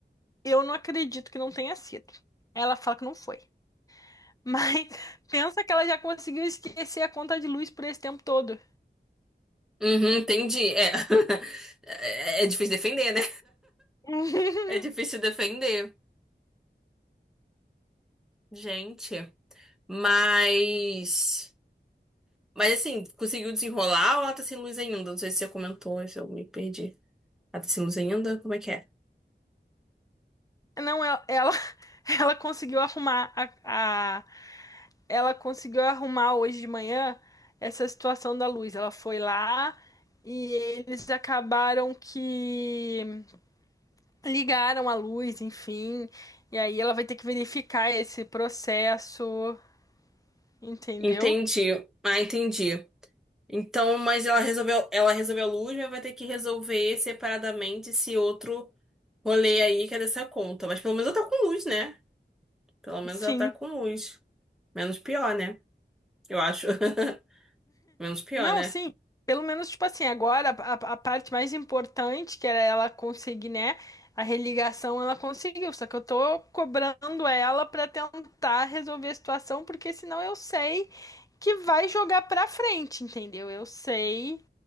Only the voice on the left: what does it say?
eu não acredito que não tenha sido. Ela fala que não foi. Mas <laughs> pensa que ela já conseguiu esquecer a conta de luz por esse tempo todo.
<laughs>
Não, ela, ela, <laughs> ela conseguiu arrumar a ela conseguiu arrumar hoje de manhã essa situação da luz. Ela foi lá e eles acabaram que ligaram a luz, enfim. E aí ela vai ter que verificar esse processo, entendeu?
Sim.
Não,
sim. Pelo menos, tipo assim, agora a, a parte mais importante, que era ela conseguir, né? A religação, ela conseguiu. Só que eu tô cobrando ela pra tentar resolver a situação, porque senão eu sei que vai jogar pra frente, entendeu? Eu sei